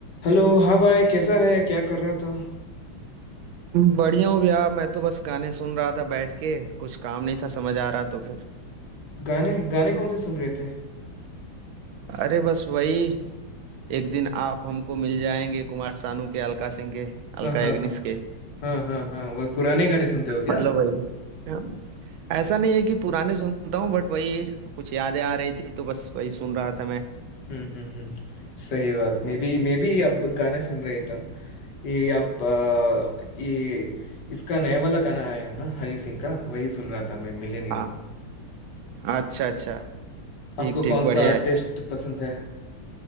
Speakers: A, on the left (about 60°); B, on the right (about 80°).
A: Hello हाँ भाई कैसा है क्या कर रहा था
B: बढ़िया हूँ भैया मैं तो बस गाने सुन रहा था बैठ के कुछ काम नहीं था समझ आ रहा तो फिर
A: गाने गाने कौन से सुन रहे थे
B: अरे बस वही एक दिन आप हमको मिल जाएंगे कुमार सानू के अलका सिंह के
A: हाँ
B: अलका
A: हाँ
B: याग्निक
A: हाँ
B: के
A: हाँ हाँ हाँ वो पुराने गाने सुनते हो क्या
B: मतलब वही हाँ। ऐसा नहीं है कि पुराने सुनता हूँ बट वही कुछ यादें आ रही थी तो बस वही सुन रहा था मैं
A: हम्म हम्म हम्म सही बात मे बी मे बी अब गाने सुन रहे था ये आप आ, ये इसका नया वाला गाना आया है ना हनी सिंह का वही सुन रहा था मैं मिलेनियर
B: हाँ अच्छा अच्छा ठीक
A: आपको
B: ठीक
A: कौन
B: बढ़िया
A: सा आर्टिस्ट
B: है
A: पसंद है